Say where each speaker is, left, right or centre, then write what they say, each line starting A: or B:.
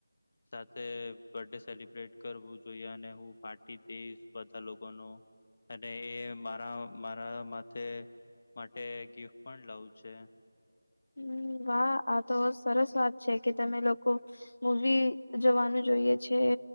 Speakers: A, on the left; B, on the left.
A: સાથે બર્થ ડે સેલિબ્રેટ કરવું જોઈએ, અને હુ પાર્ટી દઈશ બધા લોકોનો અને એ મારા મારા માથે માટે ગિફ્ટ પણ લાવુ છે.
B: હમ વાહ આ તો સરસ વાત છે, કે તમે લોકો મવી જવાનું જોઈએ છે.